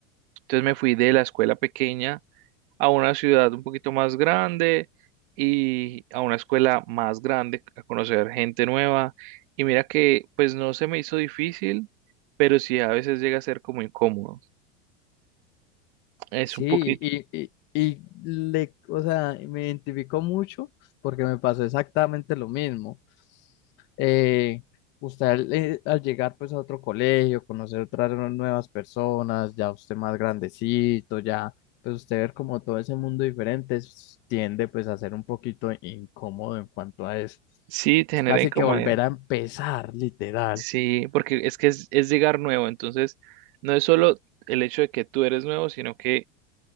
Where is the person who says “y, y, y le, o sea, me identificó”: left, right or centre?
Left